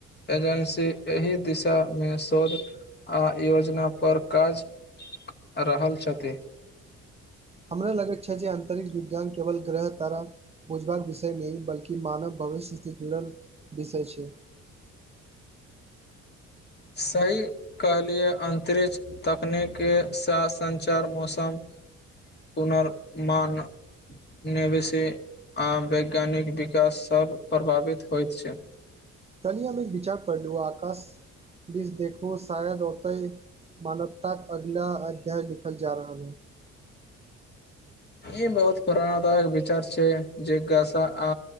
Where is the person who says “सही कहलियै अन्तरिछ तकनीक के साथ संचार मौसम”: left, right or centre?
Left